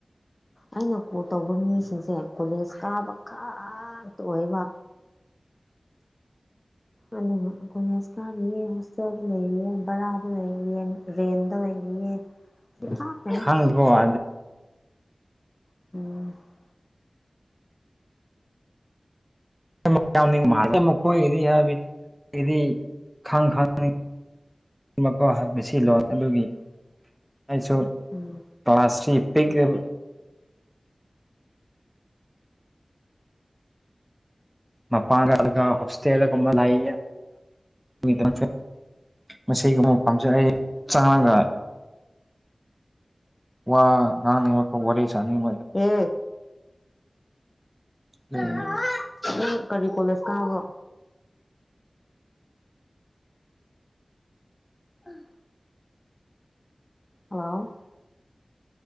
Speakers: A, on the left; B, in the centre.
A: ꯑꯩꯅ ꯀꯣꯜ ꯇꯧꯕ ꯃꯤꯁꯤꯡꯁꯦ ꯀꯣꯂꯦꯖ ꯀꯥꯕ ꯈꯇ ꯑꯣꯏꯕ ꯑꯗꯨꯒ ꯀꯣꯂꯦꯖ ꯀꯥꯔꯤꯌꯦ ꯍꯣꯁꯇꯦꯜꯗ ꯂꯩꯔꯤꯌꯦ ꯕꯔꯥꯗ ꯂꯩꯔꯤꯑ ꯔꯦꯟꯗ ꯂꯩꯔꯤꯌꯦ <unintelligible>
B: ꯍꯪꯒꯣ <unintelligible>
A: <unintelligible>
B: <unintelligible> ꯌꯥꯎꯅꯤꯡꯕꯥ ꯃꯥꯜꯂꯦ ꯃꯈꯣꯏꯒꯤꯗꯤ ꯍꯥꯏꯗꯤ ꯑꯩꯗꯤ ꯈꯪ ꯈꯪꯅꯤꯡ ꯃꯈꯣ ꯍꯥꯏ ꯃꯁꯤ ꯂꯣꯟ ꯑꯗꯨꯒꯤ ꯑꯩꯁꯨ
A: ꯎꯝ
B: ꯄ꯭ꯂꯥꯁꯤ ꯄꯤꯀꯦꯜ ꯃꯄꯜꯒ ꯍꯁꯇꯦꯗ ꯒꯨꯝꯃ ꯂꯏ <unintelligible> ꯃꯁꯤꯒꯨꯝꯕꯐꯝꯁꯦ ꯑꯩ ꯆꯪꯔꯒ ꯋꯥ ꯉꯥꯡꯅꯤꯡꯕꯒ ꯋꯥꯔꯤ ꯁꯥꯅꯤꯡꯕ
A: ꯎꯝ
B: ꯑꯗꯨꯒꯤ
A: <unintelligible> ꯅꯪ ꯀꯔꯤ ꯀꯣꯂꯦꯖ ꯀꯥꯕ꯭ꯔꯣ ꯎꯝ ꯍꯜꯂꯣ